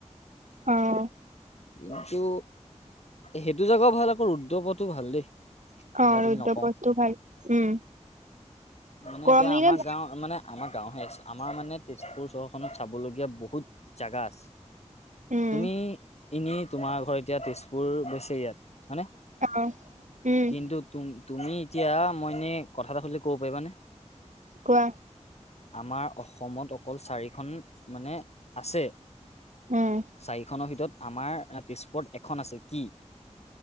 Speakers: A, on the right; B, on the left.
A: অ',
B: এইটো সেইটো জাগাও ভাল আকৌ ৰুদ্ৰ পথতো ভাল দেই।
A: অ',
B: বেয়া বুলি
A: ৰুদ্ৰপথটো
B: নকওঁ
A: ভাল উম
B: মানে
A: গৰম
B: এতিয়া
A: দিনত
B: আমাৰ গাঁওত তাৰ মানে আমাৰ গাঁওহে আছে আমাৰ মানে তেজপুৰ চহৰখনত চাবলগীয়া বহুত জাগা আছে।
A: উম
B: তুমি এনে তোমাৰ ঘৰ এতিয়া তেজপুৰ গৈছে ইয়াত হয়নে
A: হেল্ল উম।
B: কিন্তু তুম তুমি এতিয়া মই এনে কথা এটা সুধিলে ক'ব পাৰিবানে?
A: কোৱা?
B: আমাৰ অসমত অকল চাৰিখন মানে আছে।
A: উম
B: চাৰিখনৰ ভিতৰত আমাৰ তেজপুৰত এখন আছে। কি?